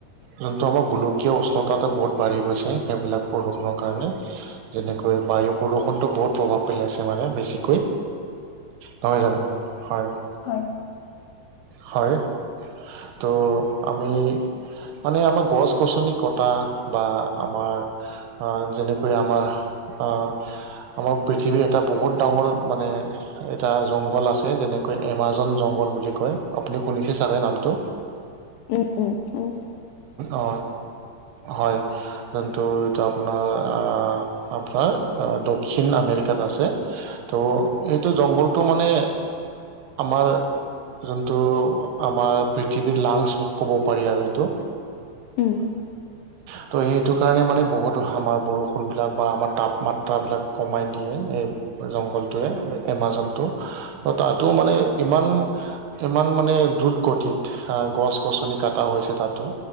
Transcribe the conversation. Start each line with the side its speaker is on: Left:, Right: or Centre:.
Right: যোনটো আমাৰ গোলোক কিয় উষ্ণতাতো বহুত বাঢ়ি গৈছে সেইবিলাক প্ৰদূষণৰ কাৰণে। যেনেকৈ বায়ু প্ৰদূষণটো বহুত প্ৰভাৱ পেলাইছে মানে বেছিকে নহয় জানো হয়।
Left: হয়।
Right: হয় তো আমি মানে আমাৰ গছ -গছনি কটা বা আমাৰ আ, যেনেকৈ আমাৰ আ আমাৰ পৃথিৱীৰ এটা বহুত ডাঙৰ মানে এটা জংঘল আছে যেনেকৈ এমাজন জংঘল বুলি কয় আপুনি শুনিছে চাগে নামটো?
Left: উম-উম শুনিছো।
Right: অ, হয় যোনটো এইটো আপোনাৰ আ আপনাৰ আ দক্ষিণ আমেৰিকাত আছে ত' এইটো জংঘলটো মানে আমাৰ যোনটো আমাৰ পৃথিৱীৰ লাংছ বুক ক'ব পাৰি আৰু এইটো।
Left: উম,
Right: ত' সেইটো কাৰণে মানে বহুতো আমাৰ বৰষুণবিলাক বা আমাৰ তাপমাত্ৰাবিলাক কমাই দিয়ে এই জংঘলটোৱে এমাজনটো ত' তাতো মানে ইমান-ইমান মানে দ্ৰুত গতিত আ গছ -গছনি কাটা হৈছে তাতো।